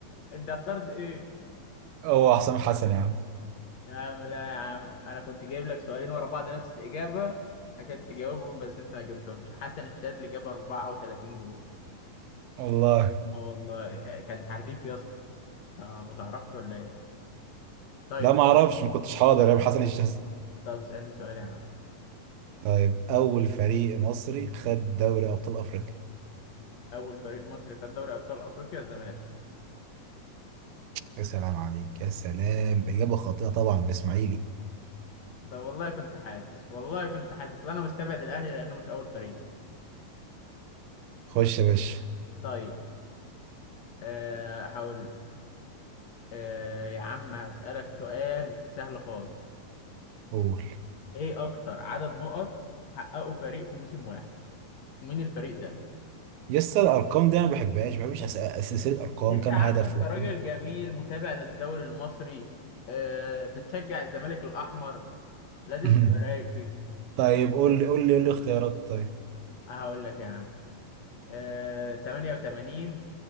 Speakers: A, on the left; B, on the right.
A: أنت اخترت إيه
B: <laughs> هو حسام حسن يا عم
A: يا عم لا يا عم أنا كنت جايب لك سؤالين ورا بعض نفس الإجابة عشان تجاوبهم بس أنت ما جبتهمش حسن الشاذلي جاب 34 جول
B: والله
A: اه والله كان حريف يا اسطى آه، ما تعرفش ولا إيه طيب
B: لا ما اعرفش ما كنتش حاضر يا حسن الشاذلي
A: طب اسألني سؤال يا عم
B: طيب أول فريق مصري خد دوري أبطال أفريقيا
A: اول فريق مصري خد دوري ابطال افريقيا الزمالك
B: يا سلام عليك يا سلام إجابة خاطئة طبعا بإسماعيلي
A: طب والله كنت حاسس والله كنت حاسس لا انا مستبعد الاهلي لانه مش اول فريق
B: خش يا باشا
A: طيب أه هقول لك. أه يا عم هسألك سؤال سهل خالص
B: قول
A: ايه اكتر عدد نقط حققه فريق في موسم واحد ومين الفريق ده
B: يس الأرقام دي أنا ما بحبهاش ما بحبش أس- أس- سلسلة أرقام
A: ليه
B: كام
A: يا عم
B: هدفه
A: انت راجل جميل متابع للدوري المصري أه بتشجع الزمالك الاحمر لازم
B: <laughs>
A: تبقى رايق كده
B: طيب قول لي قول لي قول لي اختيارات طيب
A: هقول لك يا عم أه 88